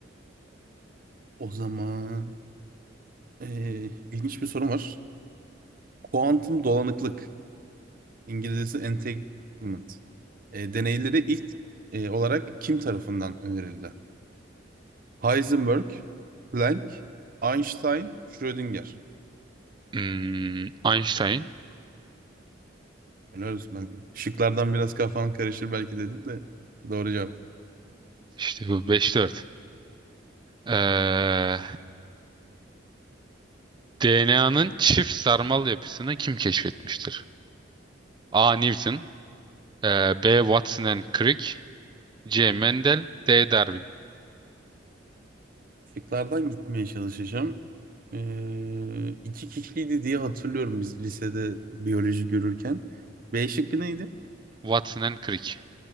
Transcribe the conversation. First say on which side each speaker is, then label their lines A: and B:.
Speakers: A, on the right (about 45°); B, on the right (about 25°).
A: O zaman eee, ilginç bir sorum var. Kuantum dolanıklık, İngilizcesi entanglement. Eee, deneyleri ilk eee, olarak kim tarafından önerildi? Heisenberg, Planck, Einstein, Schrödinger.
B: Hmm, Einstein.
A: Helal olsun ben şıklardan biraz kafan karışır belki dedim de doğru cevap.
B: İşte bu 5-4. Ee, DNA'nın çift sarmal yapısını kim keşfetmiştir? A. Newton, ee, B. Watson and Crick, C. Mendel, D. Darwin.
A: Şıklardan gitmeye çalışacağım. Ee, iki kişiydi diye hatırlıyorum biz lisede biyoloji görürken. B şıkkı neydi?
B: Watson and Crick.